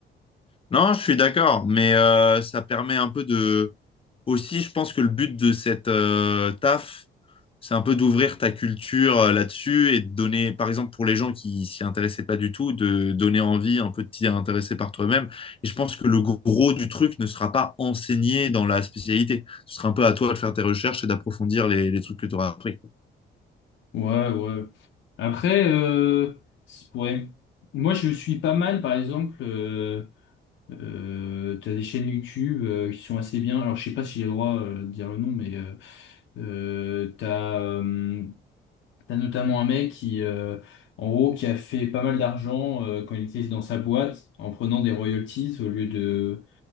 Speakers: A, on the left; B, on the left.
A: Non, je suis d'accord, mais euh, ça permet un peu de. Aussi, je pense que le but de cette euh, taf, c'est un peu d'ouvrir ta culture euh, là-dessus et de donner, par exemple, pour les gens qui s'y intéressaient pas du tout, de donner envie un peu de t'y intéresser par toi-même. Et je pense que le gros du truc ne sera pas enseigné dans la spécialité. Ce sera un peu à toi de faire tes recherches et d'approfondir les, les trucs que tu auras appris.
B: Ouais, ouais. Après, euh, c'est- ouais. Moi, je suis pas mal, par exemple. euh, Euh, t'as des chaînes YouTube euh, qui sont assez bien. Alors, je sais pas si j'ai le droit euh, de dire le nom, mais euh, euh, t'as euh, t'as notamment un mec qui, euh, en gros, qui a fait pas mal d'argent euh, quand il était dans sa boîte en prenant des royalties au lieu de